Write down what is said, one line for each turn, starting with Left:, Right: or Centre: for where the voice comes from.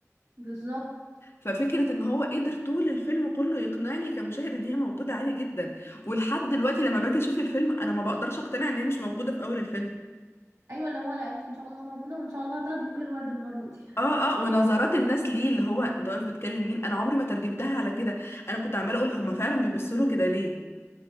Right: بالظبط
Left: ففكرة ان هو قدر طول الفيلم كله يقنعني كمشاهد ان هي موجودة عادي جدا ولحد دلوقتي لما باجي اشوف الفيلم انا ما بقدرش اقتنع ان هي مش موجودة في اول الفيلم
Right: ايوه اللي هو لا انت ان شاء الله موجوده وان شاء الله هتاخدي بوكيه الورد المره دي
Left: اه اه ونظرات الناس ليه اللي هو انت واقف بتكلم مين انا عمري ما ترجمتها على كده انا كنت عمالة اقول هما فعلا بيبصوا له كده ليه